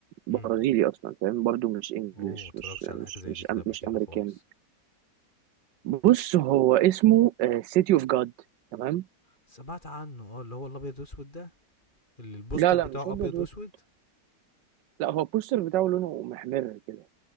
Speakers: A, on the right; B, on the left.
A: برازيلي
B: امم
A: اصلا فاهم برضو مش انجلش
B: اوه ما اتفرجتش
A: مش
B: على حاجة
A: مش
B: زي
A: مش
B: دي كده
A: أم
B: قبل
A: مش
B: كده
A: امريكاني
B: خالص
A: بص هو اسمه سيتي اوف جاد تمام
B: سمعت عنه اه اللي هو الابيض واسود ده اللي البوستر
A: لا لا
B: بتاعه
A: مش ابيض
B: ابيض
A: واسود
B: واسود
A: لا هو البوستر بتاعه لونه محمر كده